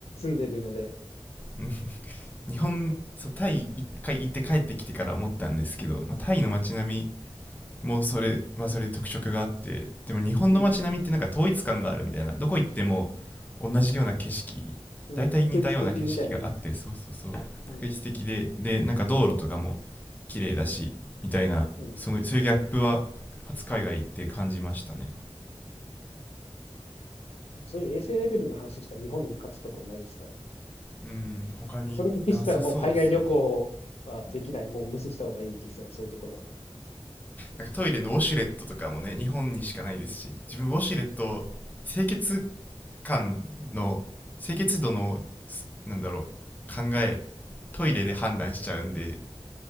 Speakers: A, on the left (about 85°); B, on the left (about 15°).
A: んでるので、
B: <laughs> 日本そうタイ一回行って帰ってきてから思ったんですけど、まあ、タイの街並みもうそれはそれで特色があってでも日本の街並みってなんか統一感があるみたいなどこ行っても
A: うん、
B: 同じような景色
A: うん、
B: 大体似たような景色があってそうそうそう確実的ででなんか道路とかも
A: 特一的みたいに、うん、
B: 綺麗だしみたいなそのそういうギャップは初海外行って感じましたね
A: うん。そういう衛生レベルの話したら日本に勝つところないですから。
B: うん他になさそうですね
A: それ気にしたらもう海外旅行はできない。もう無視した方がいいですよね、そういうところは。
B: なんかトイレのウォシュレットとかもね日本にしかないですし自分ウォシュレット清潔感の清潔度のなんだろう考えトイレで判断しちゃうんで